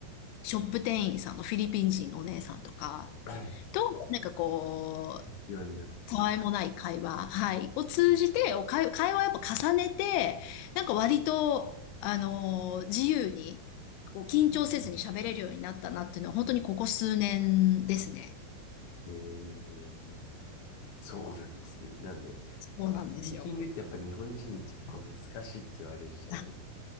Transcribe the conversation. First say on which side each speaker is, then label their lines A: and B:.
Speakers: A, on the left (about 85°); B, on the left (about 60°).
A: ショップ店員さんのフィリピン人のお姉さんとか、
B: はい
A: と、なんかこ
B: ようになって。
A: たわいもない会話、はい、
B: う
A: を通じて、お会、会話をやっぱ重ねて、なんか割と、あのー自由に、こう、緊張せずに喋れるようになったなっていうのは、
B: ん
A: 本当にここ数年ですね。
B: えー、そうなんですね。なんで、
A: そうなんですよ。
B: やっぱスピーキングってやっぱ日本人に結構難しいって言われるじゃない
A: あ、